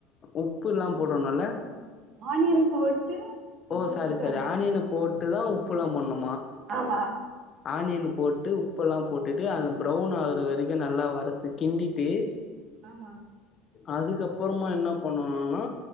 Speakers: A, on the left; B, on the right.
A: உப்பு ல்லா போடணும்ல
B: ஆனியன் போட்டு உப்பு
A: ஓ சாரி
B: போட்டு
A: சாரி ஆனியன போட்டு அட்டு தான் உப்புலாம் போணும்
B: ஆம்மா
A: ஆனியன் போட்டு உப்பெல்லாம் போட்டுட்டு அந்த ப்ரௌன் ஆகுற வரைக்கும் நல்லா வறுத்து கிண்டிட்டு
B: ஆம்மா <unintelligible>
A: அதுக்கப்புறமா என்ன பண்ணணும்னா